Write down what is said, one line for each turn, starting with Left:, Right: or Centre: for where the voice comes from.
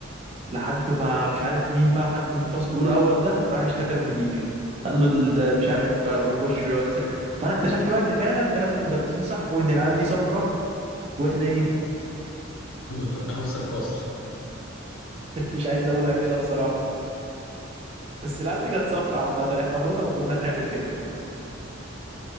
Right: لحد ما مش عارف مين بقى حد من فصل أولى أول ده راح اشتكى المدير قال له ال- مش عارف آه، بيخش ويقعد ساكت فأنا اكتشفت بقى إن فعلا كلام المدرسين صح وإن العيال دي صفرة وإحنا إيه
Left: <laughs> اوسخ فصل
Right: <laughs> مش عايز أقولها كده بصراحة بس العيال دي كانت صفرة عامة إحنا عمرنا ما كنا هنعمل كده